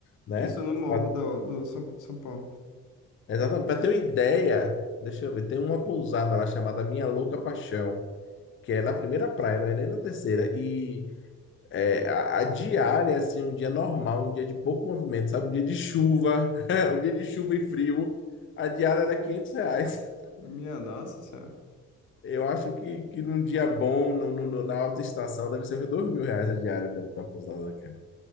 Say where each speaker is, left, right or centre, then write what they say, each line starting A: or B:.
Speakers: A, on the left; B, on the left.
A: né?
B: Isso no Morro
A: Pra-
B: do, do São, de São Paulo.
A: Exatamente, para ter uma ideia, deixa eu ver, tem uma pousada lá chamada Minha Louca Paixão, que é na primeira praia, não é nem na terceira. E É, a, a diária, assim, um dia normal, um dia de pouco movimento, sabe? Um dia de chuva, <laughs> um dia de chuva e frio, a diária era 500 reais.
B: Minha nossa senhora.
A: Eu acho que, que num dia bom, no, no- no- na alta estação, deve ser uns 2 mil reais a diária da, da pousada, cara.